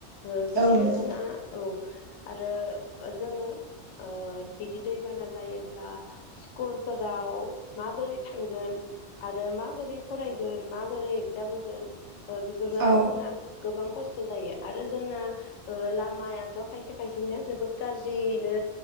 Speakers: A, on the left; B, on the right.
A: ओ बिदिनो
B: औ नोंथां
A: जोंना औ आरो जोङो ओ बिदि दैबाना जायोब्ला स्कुलफोराव माबोरै थांगोन आरो माबोरै फरायगोन माबोरै एग्जाम होगोन ओ बेफोरा
B: औ
A: जोंना गोबां खस्थ' जायो आरो जोंना ओ लामायाथ' खायसे खायसेनो जोबोद गाज्रिनो